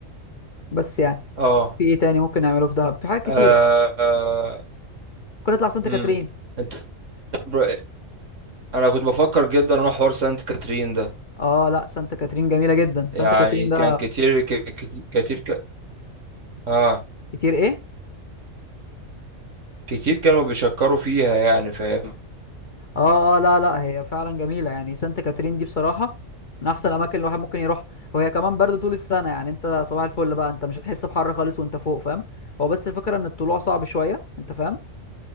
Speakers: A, on the left; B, on the right.
A: بس يعني
B: اه
A: في ايه تاني ممكن نعمله في دهب في حاجات كتيره
B: اه
A: ممكن نطلع سانت
B: امم
A: كاترين
B: انت بر- انا كنت بفكر جدا اروح حوار سانت كاترين ده
A: اه لا سانت كاترين جميله جدا سانت
B: يعني
A: كاترين ده
B: كان كتير ك- كتير كتير ك... اه
A: كتير ايه
B: كتير كانوا بيشكروا فيها يعني فاهم
A: اه اه لا لا هي فعلا جميله يعني سانت كاترين دي بصراحه من احسن الاماكن الواحد ممكن يروح وهي كمان برد طول السنه يعني انت صباح الفل بقى انت مش هتحس بحر خالص وانت فوق فاهم هو بس الفكره ان الطلوع صعب شويه انت فاهم